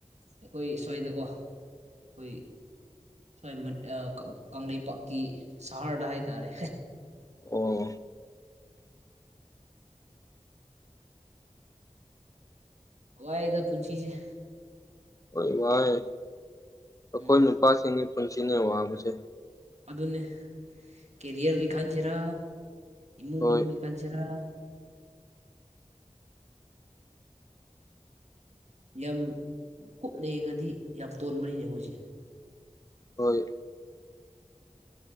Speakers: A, on the right (about 65°); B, on the left (about 25°).
A: ꯑꯩꯈꯣꯏ ꯁ꯭ꯋꯥꯏꯗꯀꯣ ꯑꯩꯈꯣꯏ ꯁ꯭ꯋꯥꯏ ꯃꯟ ꯑꯥ ꯀꯪꯂꯩꯄꯥꯛꯀꯤ ꯁꯍꯔꯗ ꯍꯥꯏꯇꯥꯔꯦ
B: ꯑꯣ
A: ꯋꯥꯔꯦꯗ ꯄꯨꯟꯁꯤꯁꯦ
B: ꯍꯣꯏ ꯋꯥꯌꯦ ꯑꯩꯈꯣꯏ
A: ꯎꯝ
B: ꯅꯨꯄꯥꯁꯤꯡꯒꯤ ꯄꯨꯟꯁꯤꯅꯦ ꯋꯥꯕꯁꯦ
A: ꯑꯗꯨꯅꯤ ꯀꯦꯔꯤꯌꯔꯒꯤ ꯈꯟꯁꯤꯔꯥ ꯏꯃꯨꯡ
B: ꯍꯣꯏ
A: ꯃꯅꯨꯡꯒꯤ ꯈꯟꯁꯤꯔꯥ ꯌꯥꯝ ꯀꯨꯞꯅ ꯌꯦꯡꯉꯗꯤ ꯌꯥꯝ ꯇꯣꯟꯕꯅꯤꯅꯦ ꯑꯩꯈꯣꯏꯁꯦ
B: ꯍꯣꯏ